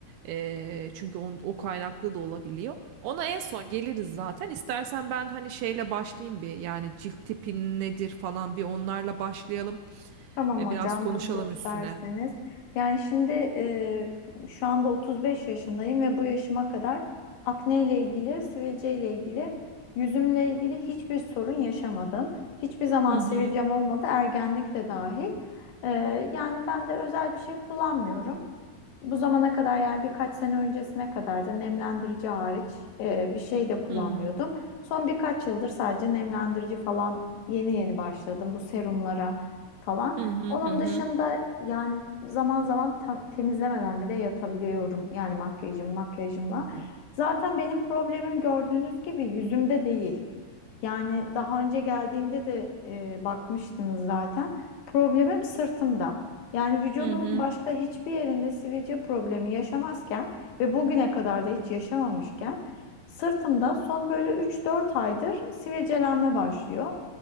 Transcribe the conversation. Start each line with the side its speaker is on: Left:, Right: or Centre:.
Right: Ee, çünkü on, o kaynaklı da olabiliyor. Ona en son geliriz zaten. İstersen ben hani şeyle başlayayım bir yani cilt tipin nedir falan bir onlarla başlayalım.
Left: Tamam
Right: Ee,
Left: hocam
Right: biraz konuşalım
Left: nasıl isterseniz.
Right: üstüne.
Left: Yani şimdi e, şu anda 35 yaşındayım ve bu yaşıma kadar akne ile ilgili, sivilce ile ilgili, yüzümle ilgili hiçbir sorun yaşamadım. Hiçbir zaman
Right: Hı
Left: sivilcem
Right: hı.
Left: olmadı, ergenlik de dahil. E, yani ben de özel bir şey kullanmıyorum. Bu zamana kadar yani birkaç sene öncesine kadar da nemlendirici hariç e, bir şey de kullanmıyordum.
Right: Hı.
Left: Son birkaç yıldır sadece nemlendirici falan yeni yeni başladım bu serumlara falan.
Right: Hı hı
Left: Onun
Right: hı hı.
Left: dışında yani zaman zaman ta- temizlemeden bile yatabiliyorum yani makyajım makyajımla.
Right: Yok.
Left: Zaten benim problemim gördüğünüz gibi yüzümde değil. Yani daha önce geldiğimde de e, bakmıştınız zaten. Problemim sırtımda. Yani vücudumun
Right: Hı hı.
Left: başka hiçbir yerinde sivilce problemi yaşamazken ve bugüne kadar da hiç yaşamamışken sırtımda son böyle 3-4 aydır sivilcelenme başlıyor.